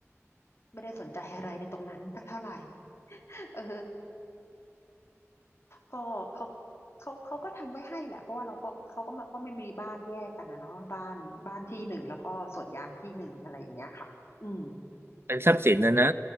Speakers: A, on the left (about 55°); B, on the right (about 50°).
A: ไม่ได้สนใจอะไรในตรงนั้นสักเท่าไหร่เออก็เขาเขาเขาก็ทำไว้ให้แหละเพราะว่าเราก็เขาก็มาเพราะมันมีบ้านแยกกันนะเนาะบ้านบ้านที่หนึ่งแล้วก็สวนยางที่หนึ่งอะไรอย่างเงี้ยค่ะอืม
B: เป็นทรัพย์สินนะนะ